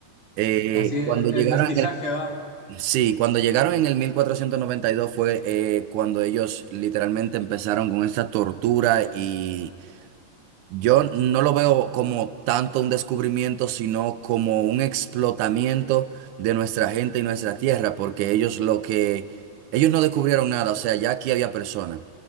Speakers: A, on the right; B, on the left.
A: Eh,
B: Así es,
A: cuando
B: el
A: llegaron
B: mestizaje, ¿verdad?
A: Sí, cuando llegaron en el 1492 fue eh, cuando ellos literalmente empezaron con esta tortura y yo no lo veo como tanto un descubrimiento, sino como un explotamiento de nuestra gente y nuestra tierra, porque ellos lo que, ellos no descubrieron nada, o sea, ya aquí había personas.